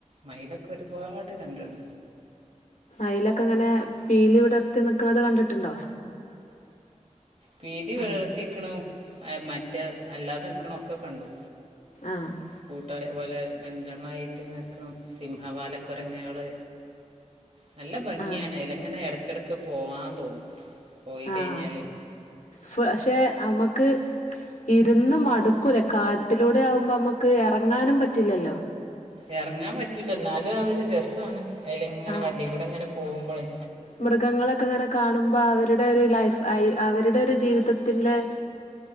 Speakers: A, on the right; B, on the left.
A: മയിലൊക്കെ ഒരുപാട് കണ്ട്ണ്
B: മയിലൊക്കെങ്ങനെ പീലി വിടർത്തി നിക്കണത് കണ്ട്ട്ട്ണ്ടോ?
A: പീലി വിടർത്തി
B: ആഹ്
A: ഇക്ക്ണതും മറ്റേ അല്ലാതെ നിക്ക്ണതും ഒക്കെ കണ്ടു.
B: ആഹ്
A: കൂട്ടായ പോലെ രണ്ടെണ്ണായിട്ട്ങ്ങക്ക് ണതും സിംഹവാല കൊരങ്ങ്കള് നല്ല ഭംഗിയാണ്
B: ആഹ്
A: അയ്ലെങ്ങനെ എടക്കെടക്ക് പോവാൻ തോന്നും. പോയി
B: ആഹ്
A: കയ്ഞ്ഞാലെ
B: പക്ഷെ അമ്മക്ക് ഇ ര്ന്ന് മടുക്കൂല കാട്ടിലൂടെ ആവുമ്പൊമ്മ ക്ക് എറങ്ങാനും പറ്റില്ലല്ലോ
A: എറങ്ങാൻ പറ്റൂല ഇന്നാലും അതൊരു രസാണ്. അയ്ലെങ്ങനെ
B: ആഹ്
A: വണ്ടീക്കൂടെങ്ങനെ പോവുമ്പളെ
B: മൃഗങ്ങളൊക്കെ ഇങ്ങനെ കാണുമ്പോ അവരുടെ ഒരു ലൈഫ് അയ് അവരുടെ ജീവിതത്തിലെ